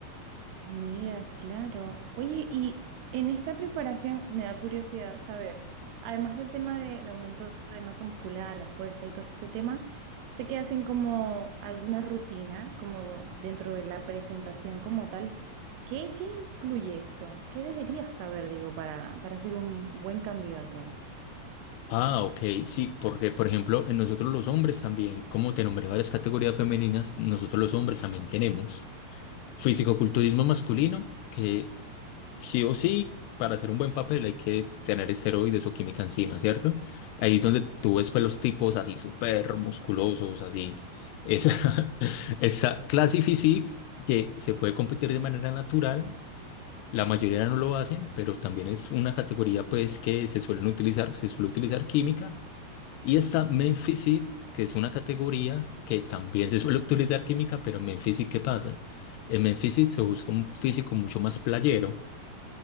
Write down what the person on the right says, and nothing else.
Mira, claro. Oye, y en esta preparación me da curiosidad saber, además del tema del aumento de masa muscular, la fuerza y todo este tema, sé que hacen como alguna rutina, como dentro de la presentación como tal. ¿Qué, qué incluye esto? ¿Qué deberías saber, digo, para, para ser un buen candidato?